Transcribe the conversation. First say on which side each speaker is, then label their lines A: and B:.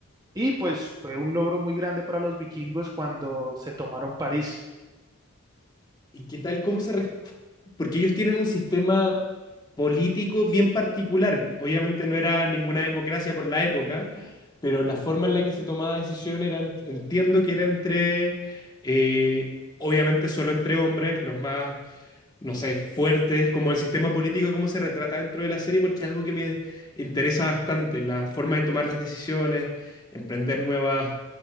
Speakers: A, on the right; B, on the left.
A: Y pues fue un logro muy grande para los vikingos cuando se tomaron París.
B: ¿Y qué tal cómo se... res- Porque ellos tienen un sistema político bien particular. Obviamente no era ninguna democracia por la época, pero la forma en la que se tomaba decisión era, ent- entiendo que era entre, eh, obviamente solo entre hombres, los más no sé, fuertes, como el sistema político, cómo se retrata dentro de la serie, porque es algo que me interesa bastante, la forma de tomar las decisiones, emprender nuevas